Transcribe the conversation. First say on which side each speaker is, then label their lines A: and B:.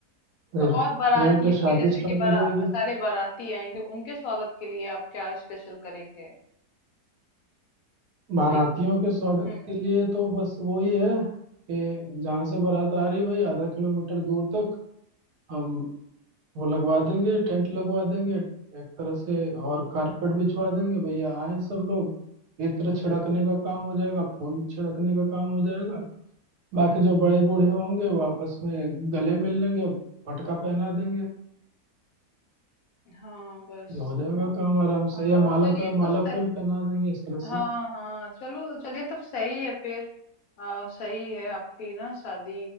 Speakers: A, on the right (about 70°); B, on the left (about 70°).
A: फिर
B: तो और बारातियों
A: वहीं पर शादी
B: के जैसे
A: स्टार्ट
B: कि बारा
A: हो जाएगी
B: सारे बाराती आएंगे उनके स्वागत के लिए आप क्या स्पेशल करेंगे
A: बारातियों
B: भाई
A: के स्वागत
B: हम्म
A: के लिए तो बस वही है कि जहाँ से बारात आ रही वही आधा किलोमीटर दूर तक हम वो लगवा देंगे टेंट लगवा देंगे एक तरह से और कारपेट बिछवा देंगे भैया आए सब लोग इत्र छिड़कने का काम हो जाएगा फूल छिड़कने का काम हो जाएगा बाकी जो बड़े बूढ़े होंगे वो आपस में गले मिल लेंगे पटका पहना देंगे
B: हाँ बस
A: ये हो जाएगा
B: है ना
A: काम आराम
B: हाँ
A: से या माला
B: चलिए
A: पे माला
B: तो सह,
A: फूल पहना देंगे इस तरह
B: हाँ
A: से
B: हाँ चलो चलिए तब सही है फिर आ, सही है आपकी ना शादी